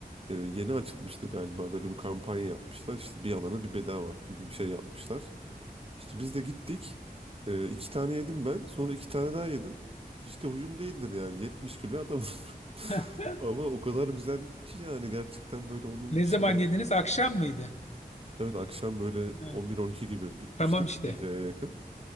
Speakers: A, on the right; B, on the left.
A: E, yeni açılmıştı galiba böyle bir kampanya yapmışlar. İşte bir alana bir bedava gibi bir şey yapmışlar. İşte biz de gittik. E, iki tane yedim ben. Sonra iki tane daha yedim. Hiç de huyum değildir yani 70 kilo adamım.
B: <laughs>
A: <laughs> Ama o kadar güzel ki yani gerçekten böyle onun
B: Ne
A: işte
B: zaman yediniz? Akşam mıydı?
A: Evet akşam böyle
B: Evet.
A: on bir on iki gibi gitmiştik
B: Tamam işte.
A: geceye yakın.